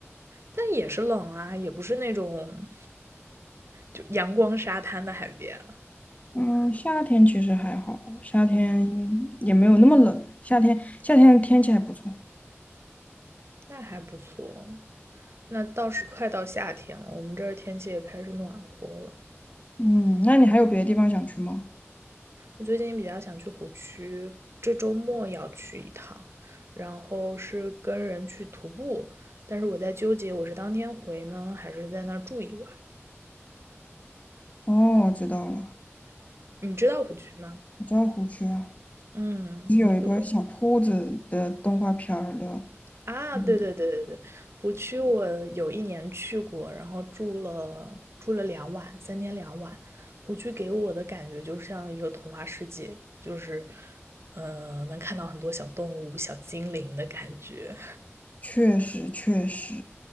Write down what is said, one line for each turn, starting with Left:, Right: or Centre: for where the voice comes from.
Right: 但也是冷啊，也不是那种就阳光沙滩的海边，
Left: 嗯，夏天其实还好，夏天也没有那么冷，夏天夏天天气还不错。
Right: 那还不错。那倒是快到夏天了，我们这儿天气也开始暖和了。
Left: 嗯，那你还有别的地方想去吗？
Right: 我最近比较想去湖区，这周末要去一趟，然后是跟人去徒步，但是我在纠结我是当天回呢，还是在那儿住一晚。
Left: 哦，我知道了，
Right: 你知道湖区吗？
Left: 我知道湖区啊，
Right: 嗯，
Left: 是有一个小兔子的动画片儿的。
Right: 湖区啊，
Left: 嗯
Right: 对对对对对，湖区我有一年去过，然后住了住了两晚，三天两晚。湖区给我的感觉就像一个童话世界，就是，呃，能看到很多小动物、小精灵的感觉。
Left: 确实确实，